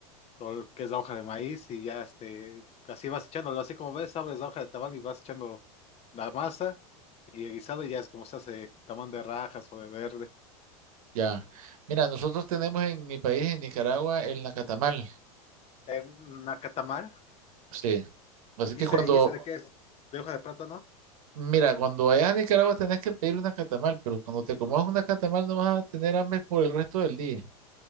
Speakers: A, on the left; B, on the right.
A: o el que es la hoja de maíz y ya este, así vas echándolo, así como ves, abres la hoja de tamal y vas echando la masa y el guisado y ya es como se hace tamal de rajas o de verde.
B: Ya. Mira, nosotros tenemos en mi país, en Nicaragua, el nacatamal.
A: Eh, nacatamal,
B: Sí. Así
A: ¿y
B: que
A: ese,
B: cuando,
A: y ese de qué es? ¿De hoja de plátano? <laughs>
B: mira, cuando vayas a Nicaragua tenés que pedir una catamal, pero cuando te comas una catamal no vas a tener hambre por el resto del día.